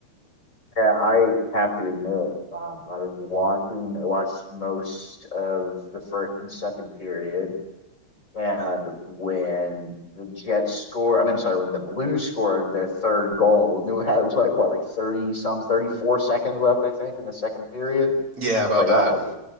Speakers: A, on the left; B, on the right.
A: Yeah, I have to admit, um, I was watching, I watched most of the first and second period. And when the Jets scored, I mean, I'm sorry, when the Blues scored their third goal, I mean, we had, it was like, what, like 30 some, 34 seconds left, I think, in the second period.
B: Yeah, about
A: I was like,
B: that.
A: all right,